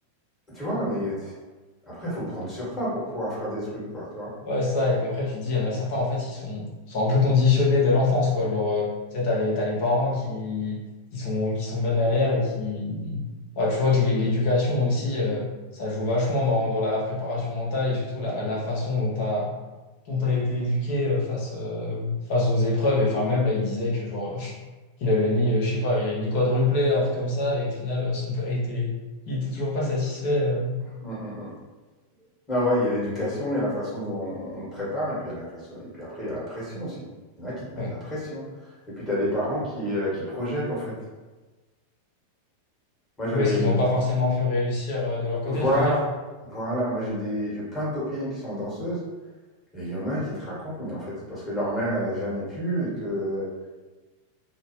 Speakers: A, on the left; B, on the left.
A: tu vois? Mais t après, il faut prendre sur toi pour pouvoir faire des trucs, quoi, tu
B: <laughs>
A: vois?
B: ouais, ça. Et puis après, tu te dis, il y en a certains, en fait, ils sont, sont un peu conditionnés dès l'enfance, quoi. Genre, euh, tu sais, t'as les, t'as les parents qui, qui sont, qui sont bien derrière et qui. Ouais, tu vois que l'é- l'éducation aussi, euh, ça joue vachement dans, dans la préparation mentale et surtout la, la façon dont t'as, dont t'as été éduqué euh, face, euh, face aux épreuves. Et enfin, même là, il disait que, genre, <laughs> il avait mis, euh, je sais pas, il avait mis quadruplé, un truc comme ça. Et au final, euh, son père, il était, il était toujours pas satisfait. euh.
A: Mmh mh mh. Non, ouais, il y a l'éducation, il y a la façon dont on te prépare et puis il y a la façon et puis après, il y a la pression aussi. Il y en a qui te
B: Ouais.
A: mettent la pression et puis tu as des parents qui, heu, qui projettent, en fait. Moi, j'avais
B: Oui, ce qu'ils n'ont
A: une
B: pas forcément pu réussir euh, de leur côté,
A: voilà,
B: tu veux dire?
A: voilà, moi, j'ai des j'ai plein de copines qui sont danseuses et il y en a qui te racontent, mais en fait, c'est parce que leur mère, elle a jamais pu et que